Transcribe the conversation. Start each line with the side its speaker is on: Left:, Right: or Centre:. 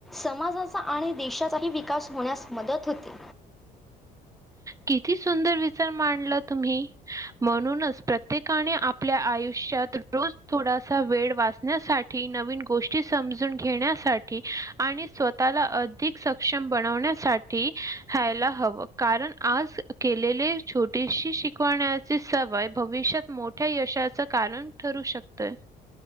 Centre: समाजाचा आणि देशाचाही विकास होण्यास मदत होते
Right: किती सुंदर विचार मांडला तुम्ही म्हणूनच प्रत प्रत्येकाने आपल्या आयुष्यात रोज थोडासा वेळ वाचण्यासाठी नवीन गोष्ट समजून घेण्यासाठी आणि स्वतःला अधिक सक्षम बनवण्यासाठी हायला ह कारण आज केलेले छोटीशी शिकवण्याचे सवय भविष्यात मोठ्या यशाचं कारण ठरू शकतय